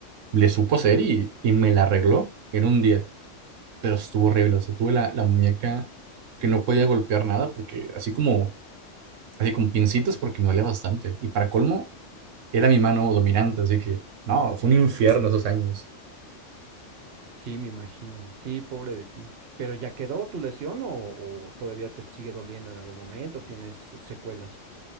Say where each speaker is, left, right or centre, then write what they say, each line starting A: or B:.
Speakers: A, on the right (about 80°); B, on the right (about 55°).
A: le supo hacer y, y me la arregló en un día. Pero estuvo horrible. O sea, tuve la, la muñeca que no podía golpear nada porque así como así con pincitas porque me dolía bastante. Y para colmo, era mi mano dominante, así que no, fue un infierno esos años.
B: Sí, me imagino. Sí, pobre de ti. ¿Pero ya quedó tu lesión o, o todavía te sigue doliendo en algún momento? ¿Tienes secuelas?